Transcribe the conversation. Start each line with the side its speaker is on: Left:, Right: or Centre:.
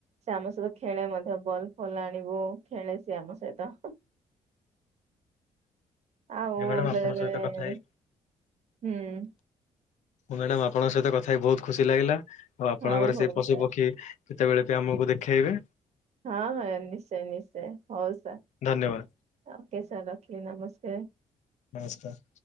Right: ସେ ଆମ ସହିତ ଖେଳେ ମଧ୍ୟ, ବଲ୍ ଫଲ୍ ଆଣିବୁ ଖେଳେ ସିଏ ଆମ ସହିତ। ଆଉ
Left: ମ୍ୟାଡାମ
Right: ବେଳେବେଳେ
Left: ଆପଣଙ୍କ ସହିତ କଥା ହେଇ
Right: ହୁଁ।
Left: ହଉ ମ୍ୟାଡମ୍ ଆପଣଙ୍କ ସହିତ କଥା ହଇକି ବହୁତ୍ ଖୁସି ଲାଗିଲା, ଆଉ ଆପଣଙ୍କର
Right: ହଉ
Left: ସେଇ
Right: ହଉ
Left: ପଶୁ
Right: ସାର୍
Left: ପକ୍ଷୀ କେତେବେଳେ ବି ଆମକୁ ଦେଖେଇବେ।
Right: ହଁ-ହଁ ନିଶ୍ଚୟ-ନିଶ୍ଚୟ, ହଉ ସାର୍।
Left: ଧନ୍ୟବାଦ
Right: ଓକେ ସାର୍ ରଖିଲି ନମସ୍କାର।
Left: ନମସ୍କାର।